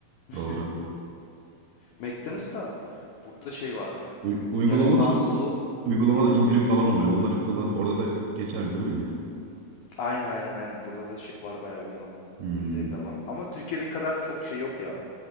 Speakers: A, on the left; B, on the right.
A: <laughs>
B: Doğru.
A: McDonald's da burada şey var.
B: Uy- uygulamadan
A: Jalapenolu
B: uygulamadan indirim falan oluyor. Onları kullan. Orada da geçerli değil mi yine?
A: aynen aynen aynen. Burada da şey var bayağı uygulama.
B: Hmm.
A: İndirim de var. Ama Türkiye'deki kadar çok şey yok ya.